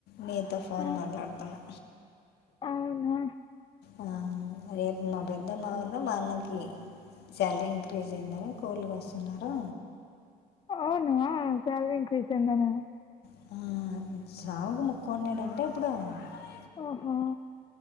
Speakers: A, on the left; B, on the left.
A: నీతో ఫోన్
B: ఆ,
A: మాట్లాడుతున్నా
B: అవునా
A: ఆ రేపు మా పెద్దమ్మవన్న మా అన్నకి. శాలరీ ఇంక్రీజ్ అయిందని కోళ్లు కోస్తున్నారు.
B: అవునా సాలరి ఇంక్రీస్ అయిందన్న.
A: <unintelligible>
B: ఆ హా